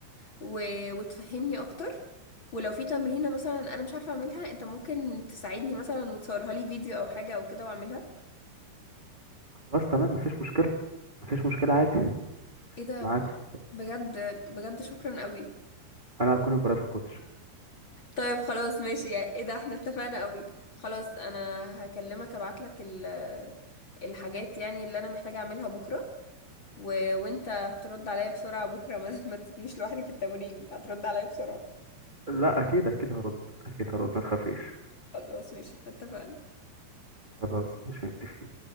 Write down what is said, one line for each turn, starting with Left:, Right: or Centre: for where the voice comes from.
Left: و... وتفهمني اكتر ولو في تمرينة مثلا انا مش عارفة اعملها انت ممكن تساعدني مثلا وتصورها لي فيديو او حاجة او كده واعملها
Right: خلاص تمام مفيش مشكلة مفيش مشكلة عادي
Left: ايه ده
Right: معاك
Left: ب- بجد بجد شكرا قوي
Right: أنا هكون البرايفت كوتش
Left: طيب خلاص ماشي يا- ايه ده احنا اتفقنا قوي خلاص انا هكلمك ابعتلك ال... الحاجات يعني اللي انا محتاجة اعملها بكرة و... وانت هترد عليا بسرعة بكرة <laughs> ما, ما تسيبنيش لوحدي في التمرين هترد عليا بسرعة
Right: لا أكيد أكيد هرد أكيد هرد ما تخافيش
Left: خلاص ماشي احنا اتفقنا
Right: خلاص مش متفقين